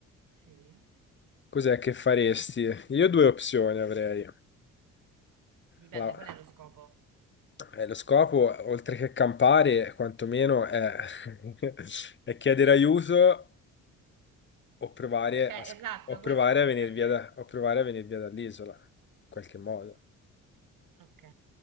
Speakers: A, on the right (about 70°); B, on the left (about 35°).
A: Sì.
B: cos'è che faresti? Io due opzioni avrei.
A: Dipende,
B: Allora,
A: qual è lo scopo?
B: eh, lo scopo, oltre che campare, quantomeno è, <laughs> è chiedere aiuto o provare
A: Ok, esatto,
B: a, sc- o provare
A: questo volevo
B: a venire
A: capire.
B: via da- o provare a venire via dall'isola, in qualche modo.
A: Ok,